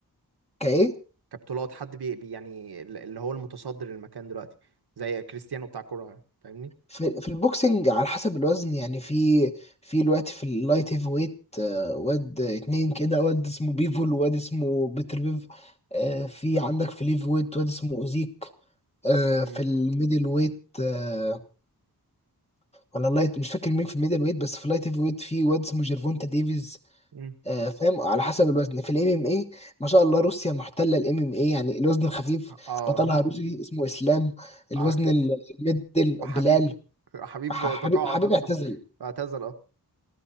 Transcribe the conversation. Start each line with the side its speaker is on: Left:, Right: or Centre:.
Left: كايه
Right: كبطولات حد بي بي- يعني ال- اللي هو المتصدر المكان دلوقتي زي كريستيانو بتاع كوره فاهمني
Left: في, في البوكسنج على حسب الوزن يعني في في الوقت في اللايت هيف ويت آه، واد اتنين كده واد اسمه بيفول وواد اسمه بيتر بيف آه، في عندك في ليف ويت واد اسمه اوزيك آه،
Right: مم.
Left: في الميدل ويت آه، ولا اللايت مش فاكر مين في الميدل ويت بس في اللايت هيف ويت في واد اسمه جيرفونتا ديفيز
Right: مم.
Left: آه، فاهم على حسب الوزن في الام ام اي ما شاء الله روسيا محتله الام ام اي يعني الوزن الخفيف
Right: اه
Left: بطلها روسي اسمه اسلام الوزن
Right: عارف
Left: الميدل
Right: وحبيب
Left: بلال
Right: حبيب
Left: حبيب
Right: تقاعد
Left: حبيب
Right: بس
Left: اعتزل
Right: اعتزل اه